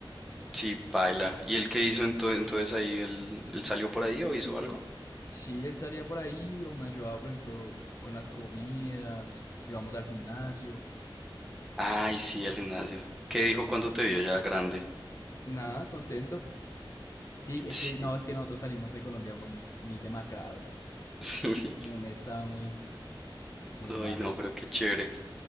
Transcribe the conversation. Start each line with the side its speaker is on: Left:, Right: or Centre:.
Centre: Sí, paila. ¿Y él qué hizo ento- entonces ahí? ¿Él, él salió por ahí o hizo algo?
Left: Sí, él salía por ahí o me ayudaba, por ejemplo, con las comidas, íbamos al gimnasio.
Centre: Ay, sí, el gimnasio. ¿Qué dijo cuando te vio ya grande?
Left: Nada, contento. Sí, es
Centre: Sí,
Left: que no, es que nosotros salimos de Colombia muy, muy demacrados,
Centre: <laughs> sí.
Left: en un estado muy, muy
Centre: Ay,
Left: malo.
Centre: no, pero qué chévere.